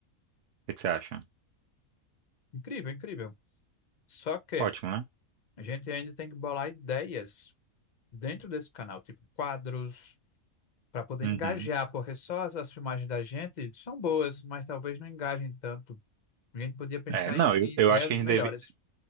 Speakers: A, on the right; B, on the left.
A: que que você acha?
B: Incrível, incrível. Só que
A: Ótimo, né?
B: a gente ainda tem que bolar ideias dentro desse canal, tipo quadros, para poder
A: Uhum.
B: engajar, porque só as, as filmagens da gente são boas, mas talvez não engajem tanto. A gente podia pensar
A: É, não,
B: em,
A: eu,
B: em ideias
A: eu acho que a
B: melhores.
A: gente deve.